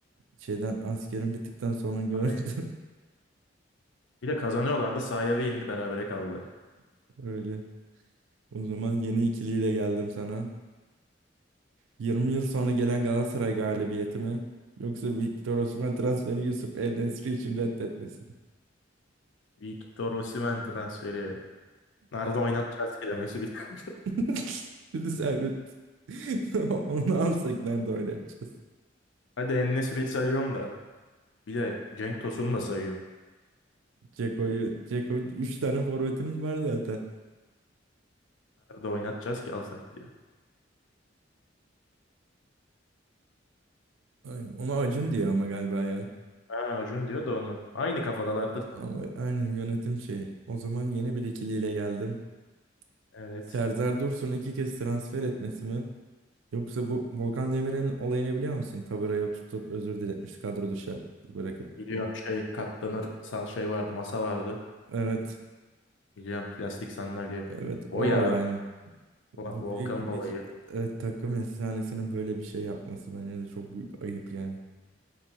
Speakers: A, on the right; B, on the left.
A: Şeyden askerim bittikten sonra gördüm
B: Aynen. Bir de kazanıyorlar da sahaya ve indi berabere kaldılar.
A: <laughs> öyle. O zaman yeni ikiliyle geldim sana. 20 yıl sonra gelen Galatasaray galibiyeti mi? Yoksa Victor Osimhen transferini Yusuf El-Nesri için reddetmesi mi?
B: Victor Osimhen transferi. Nerede oynatacağız kelimesi bir tane. <laughs>
A: <laughs> Bir de Servet. <laughs> Onu alsak nerede oynatacağız?
B: Hadi En-Nesyri'yi sayıyorum da. Bir de Cenk Tosun'u da sayıyorum.
A: Ceko'yu, Ceko üç tane forvetimiz var zaten.
B: Nerede oynatacağız ki alsak diye.
A: Aynen. Ona Acun diyor ama galiba ya.
B: Ha Acun diyor da onu. Aynı kafadalardır.
A: Ama aynen yönetim şeyi. O zaman yeni bir ikiliyle geldim.
B: Evet.
A: Serdar Dursun iki kez transfer etmesi mi? Yoksa bu Volkan Demirel'in olayını biliyor musun? Taburaya tutup özür diletmişti kadro dışı bırakıp.
B: Biliyorum şey katlanır san şey vardı masa vardı.
A: Evet.
B: Biliyorum plastik sandalye.
A: Evet
B: O
A: o
B: ya
A: olay mı?
B: Vol-
A: Bu
B: Volkan'ın
A: büyük bir
B: olayı.
A: e, takım efsanesinin böyle bir şey yapması bence de çok büyük ayıp yani.